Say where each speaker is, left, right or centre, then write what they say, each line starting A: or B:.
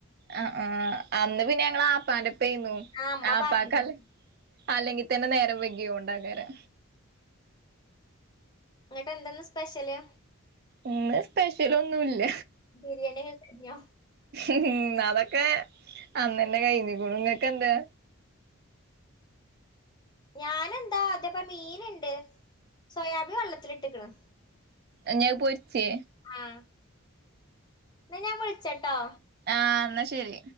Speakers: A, on the right; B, on the left.
A: അ ആ അന്ന് പിന്നെ ഞങ്ങള് ആപ്പാന്റെ പ്പേന്നു
B: ആ അമ്മ
A: ആപ്പാക്കല്ല
B: പറഞ്ഞു
A: അല്ലെങ്കിൽ തന്നെ നേരം വെകിയോണ്ടാ വേറെ
B: ഇങ്ങട്ട് എന്താന്ന് സ്പെഷ്യല്
A: ഇന്ന് സ്പെഷ്യൽ ഒന്നുല്ല
B: ബിരിയാണിെ ഒക്കെ കയിഞ്ഞോ
A: ഉം അതൊക്കെ അന്നന്നെ കയ് കുണു ങ്ങക്കെന്താ
B: ഞാന് എന്താ അതേപോലെ മീന്ണ്ട് സോയാബീൻ വള്ളത്തിലിട്ട്ക്ക്ണ്
A: ഞ്ഞി അത്‌ പൊരിച്ചേ
B: ആഹ് എന്നാ ഞാൻ വിൾച്ചട്ടോ
A: ആഹ് എന്നാ ശരി